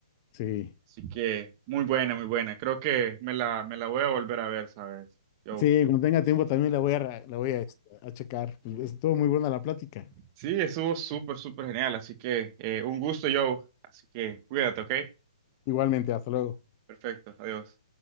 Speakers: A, on the left; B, on the right.
A: sí.
B: así que muy buena, muy buena. Creo que me la, me la voy a volver a ver, ¿sabes? Yo.
A: Sí, cuando tenga tiempo también la voy a, ra- la voy a, este, a checar. Estuvo muy buena la plática.
B: Sí, estuvo súper, súper genial. Así que eh, un gusto, Joe. Así que cuídate, ¿ok?
A: Igualmente, hasta luego.
B: Perfecto, adiós.